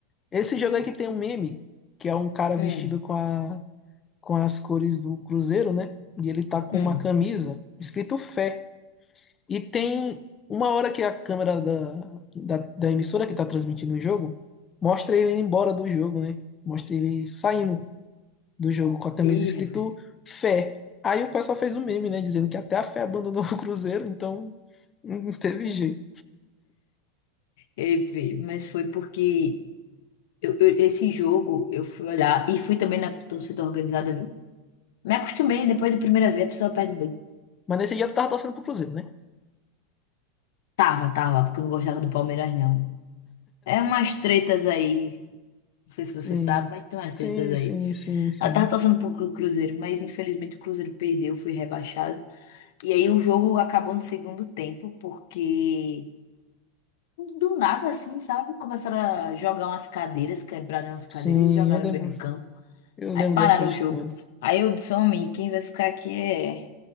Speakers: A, on the left; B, on the left.
A: Esse jogo aqui tem um meme, que é um cara
B: Hum,
A: vestido com, a, com as cores do Cruzeiro, né? E ele tá com
B: hum.
A: uma camisa escrito fé. E tem uma hora que a câmera da, da, da emissora que tá transmitindo o jogo mostra ele indo embora do jogo, né? Mostra ele saindo do jogo com a camisa
B: Ih,
A: escrito
B: rapaz.
A: fé. Aí o pessoal fez um meme, né? Dizendo que até a fé abandonou o Cruzeiro, então não teve jeito.
B: Ei, fi, mas foi porque eu- eu- esse jogo eu fui olhar e fui também na torcida organizada, viu? Me acostumei, depois da primeira vez a pessoa perde muito.
A: Mas nesse dia tu tava torcendo pro Cruzeiro, né?
B: Tava, tava, porque eu não gostava do Palmeiras, não. É umas tretas aí. Não sei se
A: Sim,
B: você sabe, mas tem umas tretas
A: sim,
B: aí.
A: sim, sim, sim.
B: Ela tava torcendo pro Cru- Cruzeiro, mas infelizmente o Cruzeiro perdeu, foi rebaixado. E aí o jogo acabou no segundo tempo, porque do nada, assim, sabe? Começaram a jogar umas cadeiras, quebraram as cadeiras
A: Sim,
B: e jogaram
A: eu lembro,
B: no meio do campo.
A: eu
B: Aí
A: lembro
B: pararam
A: dessa história.
B: o jogo. Aí eu disse, homem, quem vai ficar aqui é,